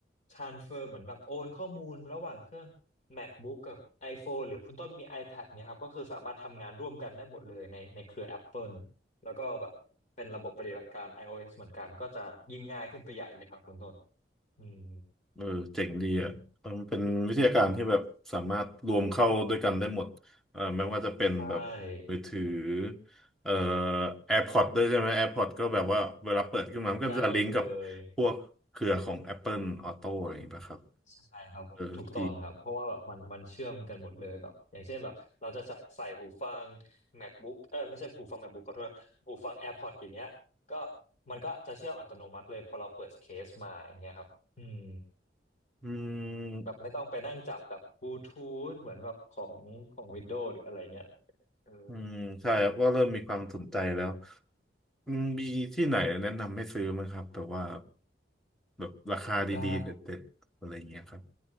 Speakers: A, on the left; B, in the centre.
A: transfer เหมือนแบบโอนข้อมูลระหว่างเครื่อง MacBook กับ iPhone หรือคุณต้นมี iPad เนี่ยครับก็คือสามารถทำงานร่วมกันได้หมดเลยในในเครือ Apple แล้วก็แบบเป็นระบบปฏิบัติการ iOS เหมือนกันก็จะยิ่งง่ายขึ้นไปใหญ่เลยครับคุณต้นอืม
B: เออเจ๋งดีอ่ะเออมันเป็นวิทยาการที่แบบสามารถรวมเข้าด้วยกันได้หมดเออไม่ว่าจะเป็นแบบมือถือ
A: อืมใช่
B: เอ่อ AirPods ด้วยใช่ไหม AirPods ก็แบบว่าเวลาเปิดขึ้นมามันก็จะลิงก์กับพวกเครือของ
A: ได้หมดเลย
B: Apple Auto อะไรอย่างเงี้ยครับ
A: ใช่ครับถูกต้องครับเพราะว่าแบบมันมันเชื่อมกันหมดเลยแบบอย่างเช่นแบบเราจะใส่ใส่หูฟัง
B: เออดี
A: MacBook เออไม่ใช่หูฟัง MacBook ขอโทษหูฟัง AirPods อย่างเงี้ยก็มันก็จะเชื่อมอัตโนมัติเลยพอเราเปิดเคสมาอย่างเงี้ยครับอืม
B: อืม
A: แบบไม่ต้องไปนั่งจับแบบบลูทูธเหมือนแบบของของ Windows หรืออะไรเงี้ยเออ
B: อืมใช่ครับก็เริ่มมีความสนใจแล้วอืมมีที่ไหนแนะนำให้ซื้อไหมครับแบบว่าแบบราคาดีๆเด็ดๆอะไรอย่างเงี้ยครับ
A: ได้